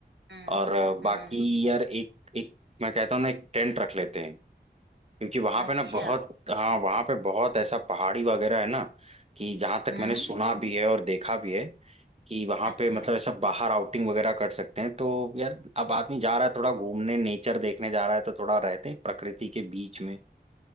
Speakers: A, on the right; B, on the right.
A: हम्म
B: और अ, बाकी
A: हम्म
B: यार एक एक मैं कहता हूँ ना एक टेंट रख लेते हैं क्योंकि वहां
A: अच्छा
B: पे ना बहुत हाँ वहां पे बहुत ऐसा पहाड़ी वगैरह है ना कि जहां तक
A: हम्म
B: मैंने सुना भी है और देखा भी है कि वहां
A: अच्छा
B: पे मतलब ऐसा बाहर आउटिंग वगैरह कर सकते हैं तो यार अब आदमी जा रहा है थोड़ा घूमने नेचर देखने जा रहा है तो थोड़ा रहते हैं प्रकृति के बीच में